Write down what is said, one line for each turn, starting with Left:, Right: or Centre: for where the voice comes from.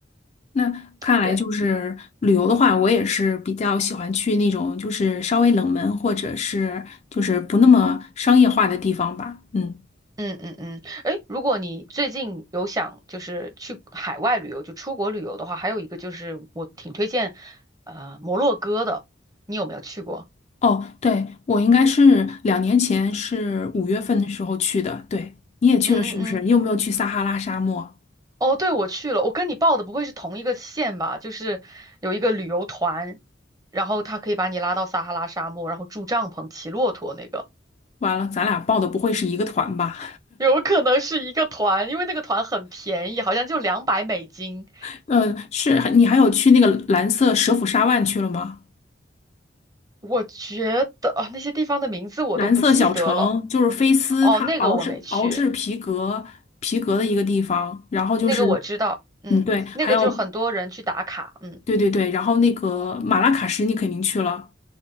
Left: 那看来就是旅游的话，
Right: 对，
Left: 我也是比较喜欢去那种就是稍微冷门或者是就是不那么商业化的地方吧。嗯，
Right: 嗯嗯嗯，哎，如果你最近有想就是去海外旅游，就出国旅游的话，还有一个就是我挺推荐，呃，摩洛哥的，你有没有去过？
Left: 哦，对，我应该是两年前是五月份的时候去的。对，你也去了是不是？
Right: 嗯嗯嗯，
Left: 你有没有去撒哈拉沙漠？
Right: 哦，对，我去了，我跟你报的不会是同一个县吧？就是有一个旅游团，然后他可以把你拉到撒哈拉沙漠，然后住帐篷、骑骆驼那个，
Left: 完了，咱俩报的不会是一个团吧？
Right: 有可能是一个团，因为那个团很便宜，好像就两百美金。
Left: <laughs> 呃，是，你还有去那个蓝色蛇腹沙湾去了吗？
Right: 我觉得啊，那些地方的名字我都不记得了。
Left: 蓝色小城就是菲斯，
Right: 哦，
Left: 它熬制熬制皮革皮革的一个地方。
Right: 那个我没去，
Left: 然后就是，
Right: 那个我知道，嗯，
Left: 嗯，对，
Right: 那个就很多人去打卡，
Left: 还有
Right: 嗯，
Left: 对对对，然后那个马拉喀什你肯定去了，